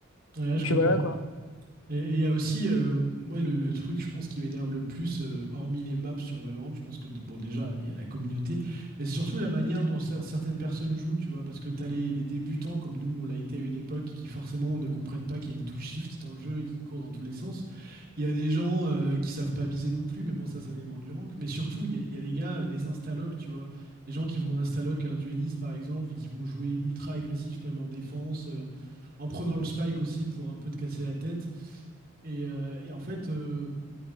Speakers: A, on the right; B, on the left.
A: ouais,
B: et
A: je
B: puis
A: comprends.
B: voilà, quoi.
A: Et et il y a aussi, euh, moi, le, le truc, je pense, qui m'énerve le plus, euh, hormis les maps sur Valorant, je pense que, bon, déjà, il y a la communauté, mais c'est surtout la manière dont cer- certaines personnes jouent, tu vois, parce que t'as les, les débutants, comme nous, on l'a été à une époque, qui forcément ne comprennent pas qu'il y a une touche shift dans le jeu et qui courent dans tous les sens. Il y a des gens euh, qui savent pas viser non plus, mais bon, ça, ça dépend du rank. Mais surtout, il y a, il y a des gars, les instalocs, tu vois, les gens qui vont instaloc un dueliste, par exemple, et qui vont jouer ultra agressif, même en défense, euh, en prenant le spike aussi pour un peu te casser la tête. Et, euh, et en fait, euh,